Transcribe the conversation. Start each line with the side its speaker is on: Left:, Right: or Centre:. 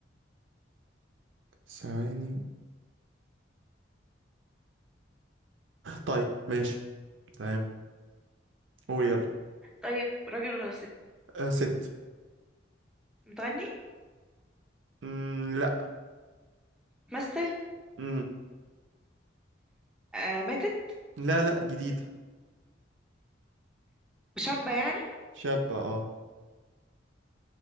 Right: ثواني طيب ماشي تمام قول يلا
Centre: طيب راجل ولا ست
Right: آه، ست
Centre: بتغني
Right: مم، لا
Centre: تمثل
Right: مم،
Centre: آه ماتت
Right: لا لا جديد
Centre: شابة يعني
Right: شاب اه